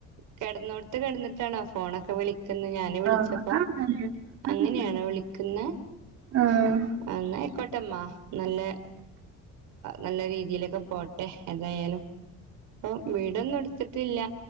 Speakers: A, on the right; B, on the right.
A: കെട്ന്നോട്ത്ത് കെട്ന്നിട്ടാണോ ഫോണൊക്കെ വിളിക്ക്ന്നെ ഞാൻ വിളിച്ചപ്പോ
B: ആഹ് അതങ്ങനെയാണ്
A: അങ്ങനെയാണോ
B: അതങ്ങനെയാണ്
A: വിളിക്കുന്ന?
B: ആഹ്.
A: അ ന്നാ അയ്ക്കോട്ടമ്മാ നല്ലേ നല്ലരീതിയിലൊക്കെ പോട്ടെ ഏതായാലും പ്പം വീ ഇടൊന്നും എടുത്തിട്ടില്ല